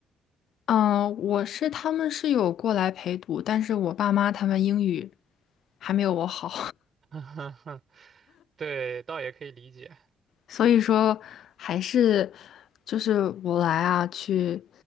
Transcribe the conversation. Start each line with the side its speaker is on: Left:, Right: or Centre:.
Left: 嗯，我是他们是有过来陪读，但是我爸妈他们英语还没有我好。
Right: <laughs> 对，倒也可以理解。
Left: 所以说还是就是我来啊，去